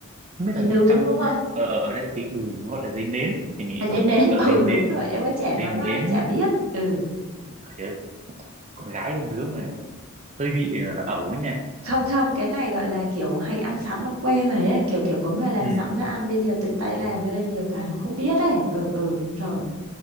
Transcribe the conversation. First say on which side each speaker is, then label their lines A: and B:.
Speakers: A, on the right; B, on the right.
A: không biết
B: dê
A: là
B: nướng
A: trong
B: đúng không
A: ở ở ở đây thì ừ nó gọi là giấy nến thì mình
B: à
A: sẽ
B: dê
A: cho một
B: nến
A: tờ
B: <laughs>
A: giấy
B: ừ
A: nến
B: đúng rồi em ấy chả nấu
A: giấy nến
B: ăn em chả biết ừ
A: Trời ơi, con gái không đứa mà hơi bị ờ, ẩu ấy nha
B: không không cái này gọi là kiểu hay ăn sẵn nó quen này ấy. kiểu kiểu có người làm
A: ừ.
B: sẵn ra ăn bây giờ tự tay làm cho nên nhiều cái nó không biết ấy ừ ừ rồi
A: ừ.